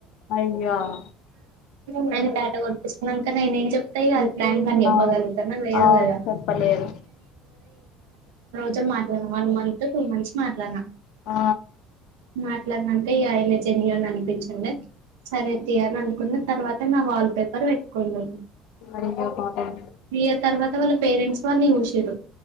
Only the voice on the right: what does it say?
మేయిన్ టాటో పొడినిపిచ్చున్నా ఇంక నేను ఏం చెప్తాయిగ దానికని చెప్పగలుగుతాన్నా
లేదు
కదా
చల్ మాట్లాడలే వన్ మంత్ టూ మంత్స్ కు మాట్లాడినా
మర్ ట్లన్నంటే ఇగ ఆయన జెన్యూన్ అనిపిచ్చిండే సరే తీయ్ అని అనుకున్న తర్వాత నా వాల్ పేపర్ పెట్టుకోండు
మీ తర్వాత వాళ్ళ పేరెంట్స్ వాళ్ళ ఉషేరు